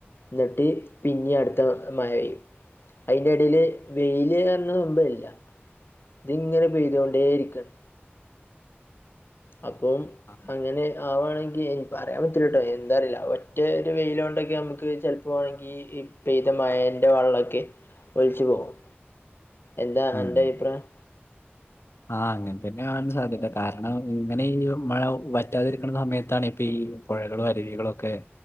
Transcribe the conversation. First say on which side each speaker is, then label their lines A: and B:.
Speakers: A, on the left; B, on the left.
A: ന്നട്ട് പിന്നി അടുത്ത മാഴ യും അയിന്റെ എടീയില് വെയില് റ്ഞ്ഞ സമ്പ ഇല്ല ഇതിങ്ങനെ പെയ്തുകൊണ്ടേ ഇരിക്കാണ് അപ്പോ മ്
B: ആ,
A: അങ്ങനെ ആവാണെങ്കി നി പറയാൻ പറ്റില്ല കേട്ടോ എന്താറിയില്ല ഒറ്റ ഒരു ര് വെയിലോ ണ്ടൊക്കെ നമ്മക്ക് ചല്‌പ്പോവാണെങ്കി ഈ ഈ പെയ്ത മാഴന്റെ വള്ള ക്കെ ഒലിച്ച് പോവും എന്താ
B: ഉം.
A: അന്റെ അയിപ്രായം
B: ആഹ് അങ്ങന്‌ തന്നെണ്സാധ്യല്ല കാരണം ഇങ്ങനെ ഈ മഴ വറ്റാതിരിക്കുന്ന സമയത്താണ് ഇപ്പൊ ഈ പുഴകളും അരുവികളും ഒക്കെ